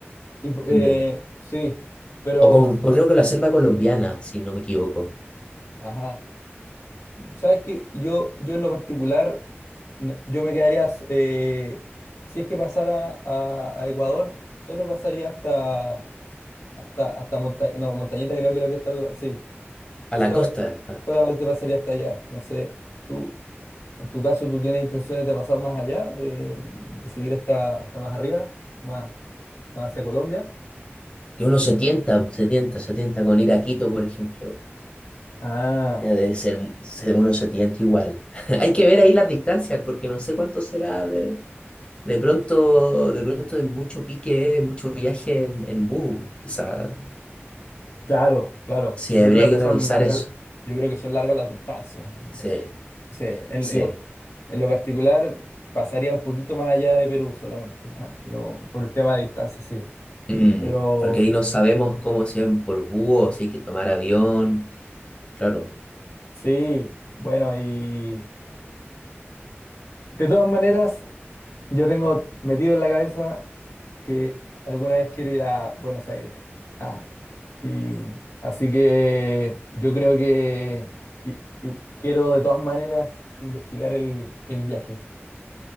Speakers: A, on the left (about 85°); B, on the left (about 25°).
A: y pu- eh,
B: También.
A: sí, pero,
B: O con, creo que la selva colombiana, si no me equivoco.
A: ajá, ¿sabes qué? Yo, yo en lo particular, no- yo me quedaría, s- eh, si es que pasara a, a Ecuador, solo pasaría hasta, hasta, hasta Monta- no, Montañita creo que es lo que está, al- sí,
B: A
A: Sola-
B: la costa está.
A: solamente pasaría hasta allá. No sé, tú, en tu caso, ¿tú tienes intenciones de pasar más allá, de, de seguir hasta, hasta más arriba, más, más hacia Colombia?
B: Que uno se tienta, se tienta, se tienta con ir a Quito, por ejemplo.
A: Ah,
B: Ya debe ser, se- uno se tienta igual. <laughs> Hay que ver ahí las distancias, porque no sé cuánto será de, de pronto, de pronto hay mucho pique, mucho viaje en, en bus, quizá.
A: claro, claro.
B: Sí,
A: Yo
B: habría
A: creo que
B: que
A: son
B: revisar
A: largas,
B: eso.
A: yo creo que son largas las distancias.
B: Sí.
A: Sí, en,
B: Sí.
A: en lo, en lo particular pasaría un poquito más allá de Perú solamente, ah, no, por el tema de distancia, sí.
B: Mm,
A: Pero
B: porque ahí no sabemos cómo se ven por búho, o si hay que tomar avión. Claro.
A: sí, bueno, y de todas maneras. Yo tengo metido en la cabeza que alguna vez quiero ir a Buenos Aires. Ah, y así que yo creo que y- y quiero de todas maneras investigar el, el viaje.